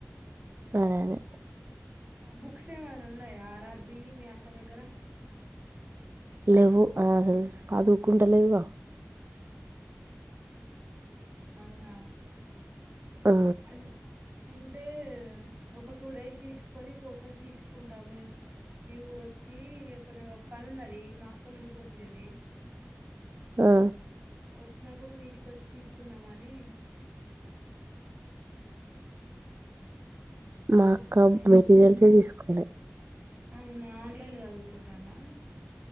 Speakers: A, on the right; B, on the right.
A: అదే అదే
B: బుక్స్ ఏమైనా ఉన్నాయా ఆర్ ఆర్ బి ఈ మీ అక్క దగ్గర
A: లెవ్వు అది అసలు సదువుకుంట లేదుగా
B: అవునా
A: ఆ
B: అం అంటే ఒక టూ డేస్ తీసుకొని ఫొటోస్ తీసుకుంటామే మీ ఊరురోచ్చి కొంచెం ఒక పని ఉన్నది మా మా అక్కవొళ్ళు ఇంటికి వచ్చేది
A: ఆ
B: వచ్చినప్పుడు మీ ఇంటికి వచ్చి తీసుకుందామని
A: మా
B: బుక్స్
A: అక్క
B: ఉన్నాయేమో
A: మెటీరియల్సే తీసుకోలే
B: అవును ఆన్లైన్లొ చదువుకుంటాందా